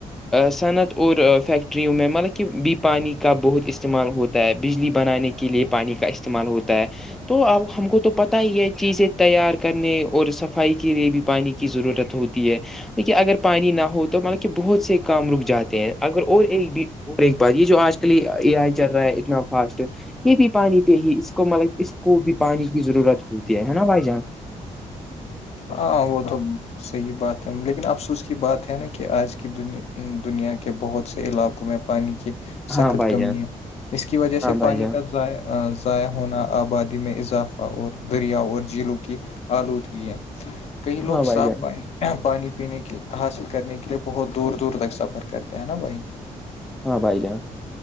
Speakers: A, in the centre; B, on the left.
A: صنعت اور فیکٹریوں میں مطلب کہ بی پانی کا بہت استعمال ہوتا بجلی بنانے کے لیے پانی کا استعمال ہوتا ہے تو اب ہم کو تو پتا پتا ہی ہے چیزیں تیار کرنے اور صفائی کے لیے بھی پانی کی ضرورت ہوتی ہے توہ اگر پانی نہ ہو تو مطلب کہ بہت سے کام رک جاتے ہیں اگر اور ایک بھی اور ایک بات یہ جو آجل لی آ چل رہا ہے اتنا فاسٹ یہ بھی پانی پہ ہی کو مطلب اس کو بھی پانی کی ضرورت ہوتی ہے نا بھائی جان
B: ہاں وہ تو صحیح بات ہے لیکن افسوس کی بات ہے نا کہ آج کی د دنیا کے بہت سے علاقوں میں پانی کی
A: ہاں
B: سخت
A: بھائی
B: کمی
A: جان
B: ہے اس کی وجہ
A: ہاں
B: سے
A: بھائی
B: پانی
A: جان
B: کا ائ ضائع ہونا آبادی میں اضافہ اور دریا اور جھیلوں کی آلودگی ہے کئی
A: ہاں
B: لوگ
A: بھائی
B: صاف
A: جان
B: پانی پانی پینے کے حاصل کرنے کے لیے بہت دور دور تک سفر کرتے ہیں نا بھائی
A: ہاں بھائی جان